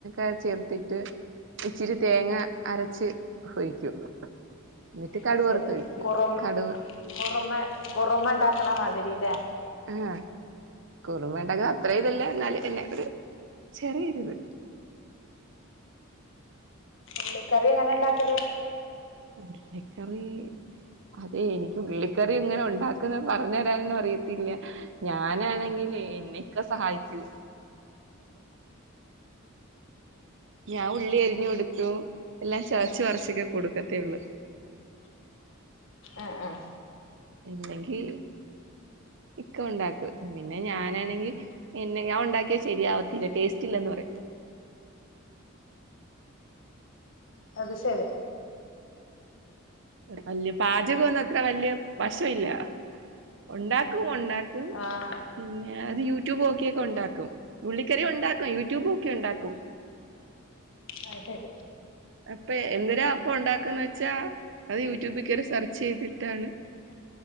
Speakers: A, on the right; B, on the left.
A: ഏ ചേർത്തിട്ട് ഇച്ചിരി തേങ്ങ അരച്ച് ഒഴിക്കും എന്നിട്ട്
B: അത്
A: കടുക്
B: ശരി
A: വറുത്തൊഴിക്കും
B: കുറ
A: കടുക്
B: കുറുമ കുറുമ ഉണ്ടാക്കണ മതി മാതിറിലെ
A: ആഹ് കുറുമ ഉണ്ടാക്കണ അത്ര ഇതില്ല എന്നല് എന്നെ ഒരു ചെറിയൊരിത്
B: ള്ളി കറി എങ്ങനെ ഉണ്ടാക്കല്
A: ഉള്ളിക്കറി അതെ എനിക്ക് ഉള്ളിക്കറി എങ്ങനാ ഉണ്ടാക്കുന്നെന്ന് പറഞ്ഞു തരാനൊന്നും അറിയത്തില്ല ഞാനാണെങ്കിൽ എന്നിക്കോ സഹായിക്കൂ ഞാൻ ഉള്ളി അരിഞ്ഞ് കൊടുക്കും എല്ലാം ചതച്ചു പറച്ചൊക്കെ കൊടുക്കത്തേ ഉള്ളു
B: ആഹ് ആഹ്
A: ഇല്ലെങ്കി ഇക്ക ഉണ്ടാക്കും പിന്നെ ഞാനാണെങ്കി എന്നെ ഞാൻ ഉണ്ടാക്കിയാ ശരിയാവത്തില്ല ടേസ്റ്റ് ഇല്ലന്ന് പറയും
B: അത് ശരി
A: വല്യ പാചകൊന്നും അത്ര വല്യ വശമില്ല ഉണ്ടാക്കും ഉണ്ടാ മ്മ്
B: ആഹ്
A: പിന്നെ ഏഹ് അത് യൂട്യൂബ് നോക്കിയൊക്കെ ഉണ്ടാക്കും ഉള്ളിക്കറി ഉണ്ടാക്കും യൂട്യൂബ് നോക്കി ഉണ്ടാക്കും
B: ആഹ് ശരി
A: അപ്പൊ എങ്ങനാ അപ്പം ഉണ്ടാക്കുന്നെന്ന് വെച്ചാ അത് യൂട്യൂബിൽ കേറി സെർച്ച് ചെയ്തിട്ടാണ്